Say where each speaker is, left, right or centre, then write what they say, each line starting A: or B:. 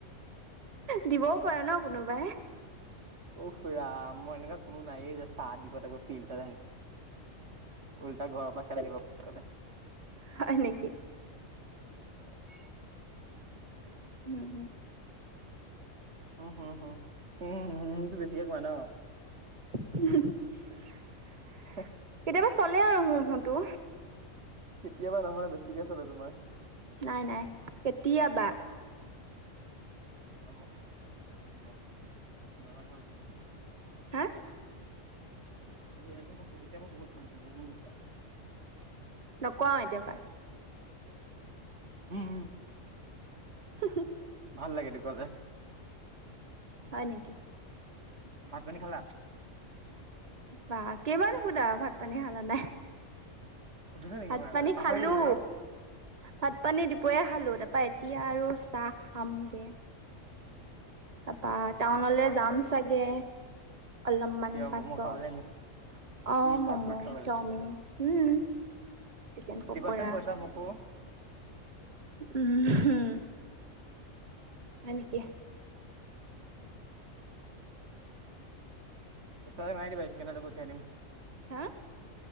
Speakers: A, on the right; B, on the right.
A: দিবও পাৰে ন, কোনোবাই।
B: উফ ৰাম, মোৰ এনেকুৱা কোনো নাইয়েই যে, চাহ দিব তাকো ফিল্ডত আনি। উল্টা, ঘৰৰ পৰা খেদাই দিব। গ'লে।
A: হয়, নেকি?
B: <inaudible>
A: উম, উম,
B: হুম, হু, হু, হু হুমটো বেছিকে কোৱা ন?
A: <inaudible>
B: <inaudible>
A: কেতিয়াবা চলে আৰু হুম, হুমটো।
B: কেতিয়াবা নহয়, বেছিকে চলে তোমাৰ।
A: নাই, নাই, কেতিয়াবা।
B: <unintelligible>
A: হা।
B: <unintelligible>
A: নকওঁ আৰু, এতিয়াৰ পৰা।
B: উম।
A: <inaudible>
B: ভাল লাগে, এইটো ক'লে।
A: হয়, নেকি।
B: ভাত-পানী খালা?
A: বা কেইবাৰ নোসুধা, ভাত-পানী খালা নাই।
B: সুধিছো নেকি
A: ভাত-পানী
B: মই আগতে পাহৰি
A: খালো,
B: থাকিলো ৰে
A: ভাত-পানী দুপৰীয়া খালো। তাৰপৰা এ এতিয়া আৰু চাহ খামগে। তাৰপৰা,
B: আচ্ছা
A: টাউনলৈ
B: এতিয়া চাহ
A: যাম
B: খাবাগে
A: চাগে, অলপমান
B: কিয় ম'ম'
A: পাছত।
B: খাবলে নি
A: অ',
B: কি ফাষ্ট
A: ম'ম',
B: ফুড খাবলে
A: চাওমিন, উম, চিকেন পকৰা।
B: দিবাচোন পইচা মোকো
A: উম, হুম, হয় নেকি।
B: পইচাটো মাৰি দিবা, স্কেনাৰটো পঠিয়াই দিম।
A: হা!